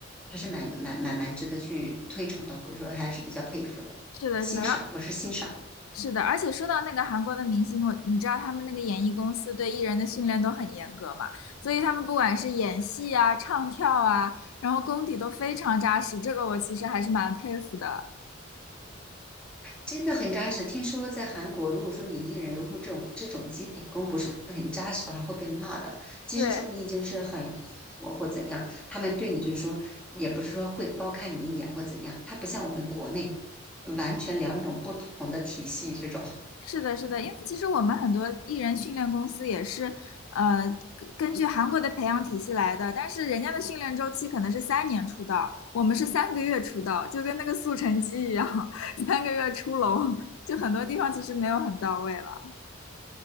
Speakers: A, in the centre; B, on the left.
A: 还是蛮蛮蛮蛮值得去推崇的，或者说还是比较佩服的，
B: 是的，
A: 欣赏，
B: 是的。然后。
A: 我是欣赏。
B: 是的，而且说到那个韩国的明星，我你知道他们那个演艺公司对艺人的训练都很严格嘛，所以他们不管是演戏啊、唱跳啊，然后功底都非常扎实，这个我其实还是蛮佩服的。
A: 真的很扎实。听说在韩国，如果说你艺人如果说这种这种基本功不是很扎实的话，会被骂的。即使说你已经是很火或怎样，
B: 对，
A: 他们对你就是说，也不是说会高看你一眼或怎样。他不像我们国内，完全两种不同的体系这种。
B: 是的，是的，因为其实我们很多艺人训练公司也是，呃，根根据韩国的培养体系来的，但是人家的训练周期可能是三年出道，我们是三个月出道，就跟那个速成鸡一样，<laughs> 三个月出笼，<laughs> 就很多地方其实没有很到位了。